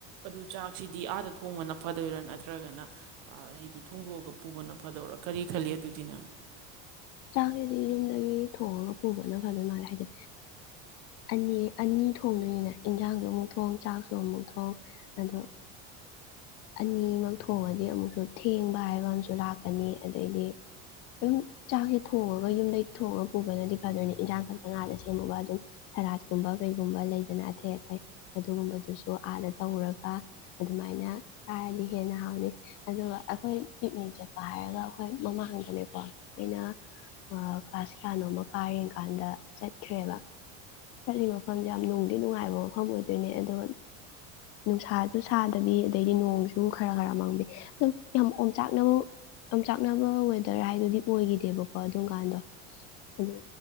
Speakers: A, on the right; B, on the left.
A: ꯑꯗꯨ ꯆꯥꯛꯁꯤꯗꯤ ꯑꯥꯗ ꯊꯣꯡꯕꯅ ꯐꯗꯣꯏꯔꯥ ꯅꯠꯇ꯭ꯔꯒꯅ ꯍꯥꯏꯗꯤ ꯊꯣꯡꯗꯣꯛꯑꯒ ꯄꯨꯕꯅ ꯐꯗꯣꯏꯔꯥ ꯀꯔꯤ ꯈꯜꯂꯤ ꯑꯗꯨꯗꯤꯅꯪ
B: ꯆꯥꯛꯁꯤꯗꯤ ꯌꯨꯝꯗꯒꯤ ꯊꯣꯡꯉꯒ ꯄꯨꯕꯅ ꯐꯗꯣꯏ ꯃꯥꯜꯂꯦ ꯍꯥꯏꯗꯤ ꯑꯅꯤ ꯑꯅꯤ ꯊꯣꯡꯗꯣꯏꯅꯤꯅ ꯏꯟꯖꯥꯡꯁꯨ ꯑꯃꯨꯛ ꯊꯣꯡ ꯆꯥꯛꯁꯨ ꯑꯃꯨꯛ ꯊꯣꯡ ꯑꯗꯣ ꯑꯅꯤꯃꯛ ꯊꯣꯡꯉꯗꯤ ꯑꯃꯨꯛꯁꯨ ꯊꯦꯡꯕ ꯍꯥꯏꯕ ꯑꯃꯁꯨ ꯂꯥꯛꯀꯅꯤ ꯑꯗꯩꯗꯤ ꯑꯗꯨꯝ ꯆꯥꯛꯁꯦ ꯊꯣꯡꯉꯒ ꯌꯨꯝꯗ ꯊꯣꯡꯉꯒ ꯄꯨꯕꯗꯗꯤ ꯐꯥꯗꯣꯏꯅꯦ ꯏꯟꯖꯥꯡ ꯈꯛꯇ ꯉꯥꯗ ꯁꯦꯝꯃꯨꯒ ꯑꯗꯨꯝ ꯁꯔꯥꯠꯀꯨꯝꯕ ꯀꯩꯒꯨꯝꯕ ꯂꯩꯗꯅ ꯑꯊꯇꯩ ꯑꯊꯩ ꯑꯗꯨꯒꯨꯝꯕꯗꯨꯁꯨ ꯑꯥꯗ ꯇꯧꯔꯒ ꯑꯗꯨꯃꯥꯏꯅ ꯍꯥꯏꯔꯗꯤ ꯍꯦꯟꯅ ꯍꯥꯎꯅꯤ ꯑꯗꯨꯒ ꯑꯩꯈꯣꯏ ꯄꯤꯛꯅꯤꯛ ꯆꯠꯄ ꯍꯥꯏꯔꯒ ꯑꯩꯈꯣꯏ ꯃꯃꯥꯡꯗꯅꯦꯀꯣ ꯑꯩꯅ ꯀ꯭ꯂꯥꯁ ꯀꯌꯥꯅꯣ ꯑꯃ ꯀꯥꯔꯤ ꯀꯥꯟꯗ ꯆꯠꯈ꯭ꯔꯦꯕ ꯆꯠꯂꯤꯕ ꯃꯐꯝꯁꯦ ꯌꯥꯝ ꯅꯨꯡꯗꯤ ꯅꯨꯡꯉꯥꯏꯕ ꯃꯐꯝ ꯑꯣꯏꯗꯣꯏꯅꯦ ꯑꯗꯣ ꯅꯨꯡꯁꯥꯁꯨ ꯁꯥꯗꯕꯤ ꯑꯗꯩꯗꯤ ꯅꯣꯡꯁꯨ ꯈꯔ ꯈꯔ ꯃꯥꯡꯕꯤ ꯑꯗꯨꯝ ꯌꯥꯝ ꯌꯣꯡꯆꯥꯛꯅꯕ ꯌꯣꯡꯆꯥꯛꯅꯕ ꯋꯦꯗꯔ ꯍꯥꯏꯗꯨꯗꯤ ꯑꯣꯏꯈꯤꯗꯦꯕꯀꯣ ꯑꯗꯨꯝ ꯀꯥꯟꯗꯣ ꯑꯗꯨ